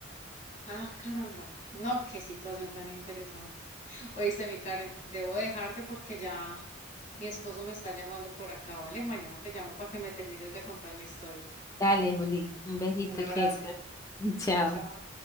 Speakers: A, on the left (about 40°); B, on the left (about 15°).
A: Ah, caramba. No, qué situación tan interesante. Oíste, mi Karen, debo dejarte porque ya mi esposo me está llamando por acá, ¿vale? Mañana te llamo para que me termines de contar la historia.
B: Dale, Juli, un besito
A: Un abrazo.
B: que descanses. <laughs> Chao.
A: Chao.